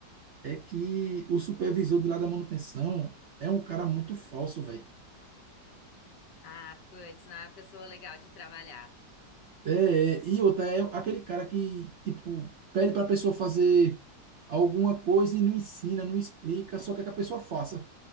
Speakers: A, on the right (about 70°); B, on the left (about 70°).
A: É que o supervisor de lá da manutenção é um cara muito falso, velho.
B: Ah, putz, não é uma pessoa legal de trabalhar.
A: É, é, e outra, é aquele cara que, tipo, pede pra pessoa fazer alguma coisa e não ensina, não explica, só quer que a pessoa faça.